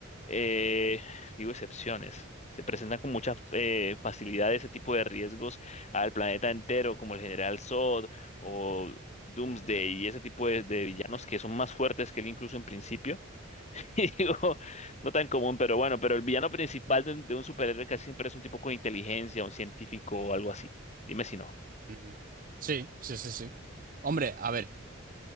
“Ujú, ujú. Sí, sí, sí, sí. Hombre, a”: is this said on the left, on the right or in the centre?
Right